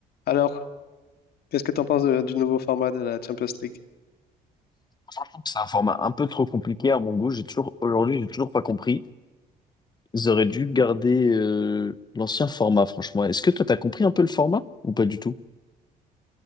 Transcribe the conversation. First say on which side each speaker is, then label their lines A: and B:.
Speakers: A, on the left (about 65°); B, on the left (about 25°).
A: Alors, qu'est-ce que tu en penses de- du nouveau format de la Champions League?
B: Je trouve que c'est un format un peu trop compliqué à mon goût. J'ai toujours, aujourd'hui, j'ai toujours pas compris. Ils auraient dû garder euh, l'ancien format, franchement. Est-ce que toi, t'as compris un peu le format ou pas du tout?